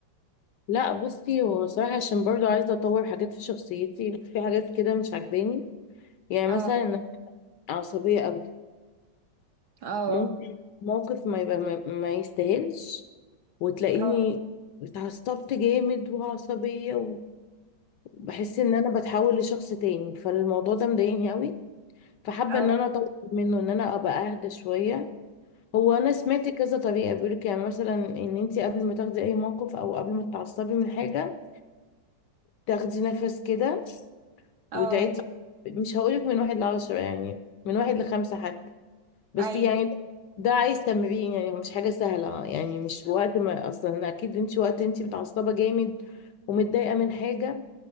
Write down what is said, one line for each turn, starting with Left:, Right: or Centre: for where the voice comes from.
Left: لا بصي هو صراحة عشان برضو عايزة اطور حاجات في شخصيتي في حاجات كده مش عجباني يعني مثلا
Right: اه
Left: انا عصبية قوي
Right: اه
Left: ممكن موقف ما يبقى ما, ما يستاهلش وتلاقيني
Right: اه
Left: اتعصبت جامد وعصبية وبحس ان انا بتحول لشخص تاني فالموضوع ده مضايقني قوي فحابة
Right: اه
Left: ان انا اطور منه ان انا ابقى اهدى شوية هو انا سمعت كذا طريقه بيقولك يعني مثلا ان انت قبل ما تاخدي اي موقف او قبل ما تتعصبي من حاجه تاخدي نفس كده
Right: اه
Left: وتعدي مش هقولك من واحد لعشرة يعني من واحد لخمسة حتى بس
Right: ايوه
Left: يعني ده عايز تمرين يعني هو مش حاجة سهلة يعني مش وقت ما أصلا أكيد انت وقت انت متعصبة جامد ومتضايقة من حاجة